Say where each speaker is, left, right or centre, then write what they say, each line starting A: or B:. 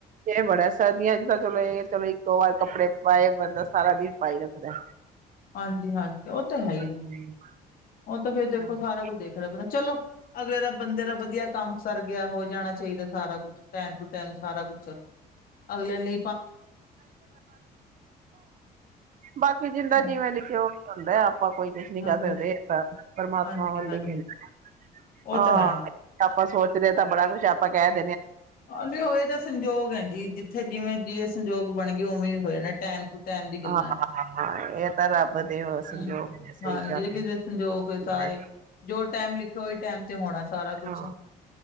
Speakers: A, on the right; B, on the left.
A: ਇਹ ਬੜਾ ਸਰਦੀਆਂ ਚ ਤਾਂ ਚਲੋ ਇਹ ਚਲੋ ਇੱਕੋ ਵਾਰ ਕੱਪੜੇ ਪਾਏ ਬੰਦਾ ਸਾਰਾ ਦਿਨ ਪਾਈ ਰੱਖਦਾ।
B: ਹਾਂਜੀ ਹਾਂਜੀ ਉਹ ਤਾਂ ਹੈ ਹੀ।
A: ਹੂੰ,
B: ਉਹ ਤਾਂ ਫਿਰ ਦੇਖੋ
A: ਹਾਂ।
B: ਸਾਰਾ ਕੁੱਝ ਦੇਖਣਾ ਪੈਦਾ ਚਲੋ ਅਗਲੇ ਦਾ ਬੰਦੇ ਦਾ ਵਧੀਆ ਕੰਮ ਸਰ ਗਿਆ ਹੋ ਜਾਣਾ ਚਾਹੀਦਾ ਸਾਰਾ ਕੁਛ ਟਾਈਮ ਟੂ ਟਾਈਮ ਸਾਰਾ ਕੁਛ। ਅਗਲੇ ਨੇ
A: ਬਾਕੀ ਜਿੰਦਾ
B: ਹਾਂਜੀ
A: ਜਿਵੇਂ ਲਿਖਿਆ ਉਹ ਹੁੰਦਾ ਆਪ। ਆਪਾਂ ਕੋਈ ਕੁਛ ਨੀ
B: ਹਾਂਜੀ
A: ਕਰ ਸਕਦੇ ਪਰਮਾਤਮਾ
B: ਹਾਂਜੀ
A: ਵੱਲ
B: ਹਾਂਜੀ
A: ਹਾਂ।
B: ਉਹ ਤਾਂ ਹੈ
A: ਆਪਾਂ ਸੋਚ ਰਹੇ ਤਾਂ ਬੜਾ ਕੁਛ ਆਪਾਂ ਕਹਿ ਰਹੇ।
B: ਹਾਂਜੀ ਹੋਏ ਤਾਂ ਸੰਯੋਗ ਹੈ ਜੀ ਜਿੱਥੇ ਜਿਵੇਂ ਜਿਵੇਂ ਸੰਯੋਗ ਬਣ ਗ ਉਵੇਂ ਹੋ ਜਾਣੇ ਟਾਈਮ ਟੂ ਟਾਈਮ ਦੀ ਗੱਲਾਂ।
A: ਹਾਂ ਇਹ ਤਾਂ ਰੱਬ ਦੇ ਉਹ ਸੰਜੋਗ
B: ਹਮ,
A: ਨੇ ਸਹੀ
B: ਹਾਂਜੀ
A: ਗੱਲ
B: ਕਿਸੇ ਦੇ ਸੰਯੋਗ ਸਾਰੇ
A: ਹੈ।
B: ਜੋ ਟੈਮ ਲਿਖਿਆ, ਉਹੀ ਟਾਈਮ ਤੇ ਹੋਣਾ ਸਾਰਾ ਕੁਛ।
A: ਹਾਂ